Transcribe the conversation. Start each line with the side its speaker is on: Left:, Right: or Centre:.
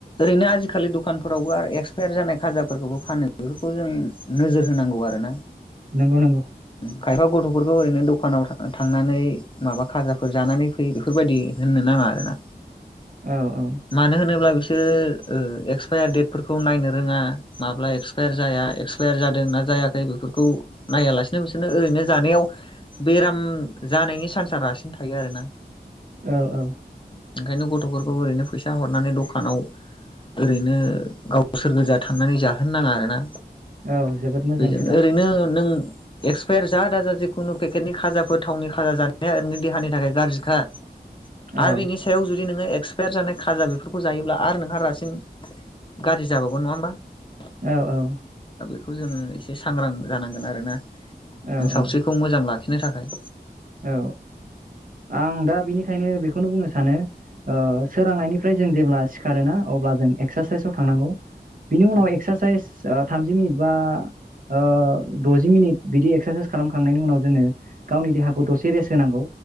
Left: ओरैनो आजिखालि दखानफोरावबो एक्सपायार जानाय खाजाफोरखौबो फानो <unintelligible> खौ जों नोजोर होनांगौ आरोना?
Right: नोंगौ नोंगौ
Left: ओं खायफा गथ'फोरखौ ओरैनो दखानाव थांनानै माबा खाजाफोर जानानै फै बेफोरबायदि होननो नाङा आरो ना।
Right: औ औ
Left: मानो होनोब्ला बिसोर बिसोर एक्सपायार देटफोरखौ नायनो रोङा, माब्ला एक्सपायार जाया एक्सपायार जादों ना जायाखै बेफोरखौ नाया लासेनो बिसोरनो बिसोरनो ओरैनो जानायाव बेराम जानायनि चान्सा रासिन थायो आरो ना।
Right: औ औ
Left: ओंखायनो गथ'फोरखौ ओरैनो फैसा हरनानै दखानाव ओरैनो गावसोर गोजा थांनानै जाहोनो नाङा आरोना।
Right: औ जोबोद मोजां
Left: बेजों
Right: खोथा
Left: ओरैनो नों एक्सपायार जा दाजा जिखुनु पेकेटनि खाजाफोर थावनि खाजा जानाया ओरैनो देहानि थाखाय गाज्रिखा
Right: औ
Left: आरो बेनि सायाव जुदि नोङो एक एक्सपायार जानाय खाजा बेफोरखौ जायोब्ला आरो नोंहा रासिन गाज्रि जाबावगोन नङा होमबा?
Right: औ औ
Left: बेखौ जोङो एसे सांग्रां जानांगोन आरोना।
Right: औ
Left: नों सावस्रिखौ मोजां लाखि नो थाखाय
Right: औ आं दा बिनिखायनो बेखौनो बुंनो सानो ओ सोरांनायनि ओमफ्राय जों जेब्ला सिखारोना अब्ला जों एक्सारसाइसआव थांनांगौ। बिनि उनाव
Left: उम
Right: एक्सारसाइस ओ थामजि मिनिट बा ओ द'जि मिनिट बिदि एक्सारसाइस खालामखांनायनि उनाव जोङो गावनि देहाखौ दसे रेस्ट होनांगौ।